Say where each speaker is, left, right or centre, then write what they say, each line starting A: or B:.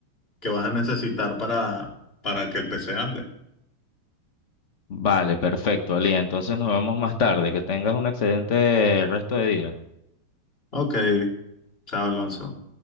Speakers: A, on the left (about 20°); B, on the left (about 75°).
A: que vas a necesitar para, para que el PC ande.
B: Vale, perfecto, Ali. Entonces nos vemos más tarde. Que tengas un excelente resto de día.
A: Ok, chao Alonso.